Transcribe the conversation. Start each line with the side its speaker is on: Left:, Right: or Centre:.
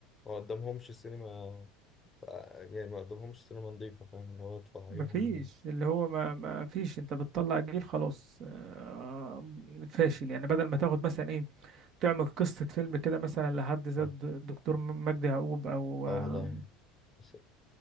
Left: ما قدامهمش سينما آه، يعني ما قدامهمش سينما نظيفة فاهم اللي هو تفعيهم
Right: مفيش اللي هو ما ما فيش انت بتطلع جيل خلاص آه، فاشل يعني بدل ما تاخد مثلا ايه تعمل قصة فيلم كده مثلا لحد زي
Left: اه
Right: الد- الدكتور مجدي يعقوب او آه،
Left: آه والله بس-